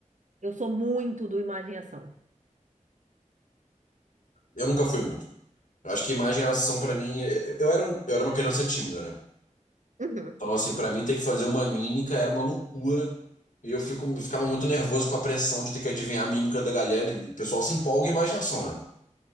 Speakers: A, on the right (about 70°); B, on the left (about 75°).
A: Eu sou muito do Imagem e Ação.
B: Eu nunca fui muito. Eu acho que imagem e ação pra mim, eu eu era um, eu era uma criança tímida, né?
A: Uhum.
B: Então assim, pra mim ter que fazer uma mímica era uma loucura. E eu fico, ficava muito nervoso com a pressão de ter que adivinhar a mímica da galera. E o pessoal se empolga em imagem e ação, né?